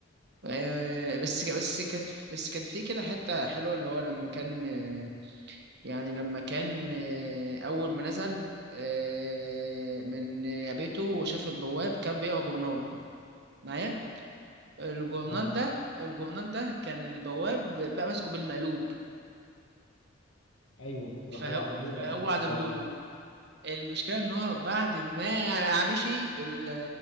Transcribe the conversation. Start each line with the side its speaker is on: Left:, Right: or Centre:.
Right: آه، بس بس كانت بس كان في كده حتة حلوة اللي هو لما كان آه، يعني لما كان آه، أول ما نزل آه، من آه، بيته وشاف البواب كان بيقرا جورنال معايا الجورنال
Left: اه
Right: ده الجورنال ده كان البواب بقى ماسكه بالمقلوب
Left: ايوه وراح
Right: فهو
Left: هو عدله
Right: فهو
Left: له اه خدت
Right: عدلهوله
Left: بالي
Right: المشكلة ان هو بعد ما مشي ال-